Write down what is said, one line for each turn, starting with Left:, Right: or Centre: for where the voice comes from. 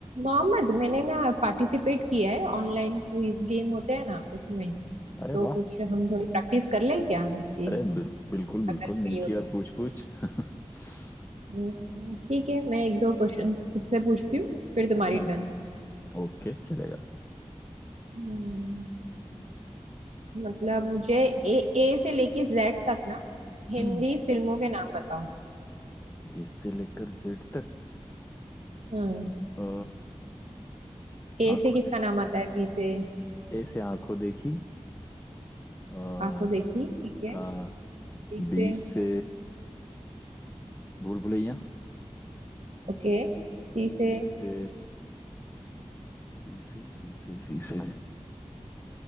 Right: मोहम्मद मैंने ना पार्टिसिपेट किया है ऑनलाइन क्विज गेम होते हैं ना उसमें
Left: अरे
Right: तो
Left: वाह
Right: कुछ हम थोड़ी प्रैक्टिस कर ले क्या उसकी
Left: अरे हम्म, बिल- बिल्कुल बिल्कुल
Right: अगर फ्री
Left: निकी
Right: हो तो
Left: और पूछ पूछ <laughs>
Right: हम्म, ठीक है मैं एक दो क्वेश्चंस खुद से पूछती हूँ फिर तुम्हारी
Left: हम्म
Right: टर्न
Left: ओके चलेगा
Right: हम्म, मतलब मुझे ए ए से लेके जेड तक ना हिंदी
Left: हम्म
Right: फिल्मों के नाम बताओ
Left: ए से लेकर जेड तक
Right: हम्म
Left: अ,
Right: ए
Left: आंखों
Right: से किसका
Left: देखी
Right: नाम आता है बी से
Left: ए से आंखों देखी आ,
Right: आंखों देखी ठीक है
Left: आ,
Right: बी से
Left: बी से भूल भुलैया
Right: ओके सी से
Left: बी से बी से सी से सी से